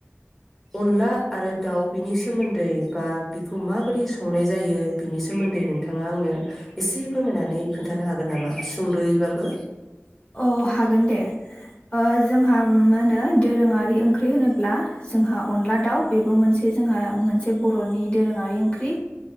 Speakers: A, in the centre; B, on the left.
A: अनला आरो दाउ बिनि सोमोन्दै बा बिखौ माबोरै संनाय जायो बिनि सो सोमोन्दै नोंथाङा आंनो एसे फोरमायनानै खोन्थानो हा गोन नामा सुंदयैबाबो
B: अ हागोन दे ओ जोंहा मा होनो दोरोङारि ओंख्रि होनोब्ला जोंहा अनला दाउ बेबो मोनसे जोंहा मोनसे बरनि दोरोङारि ओंख्रि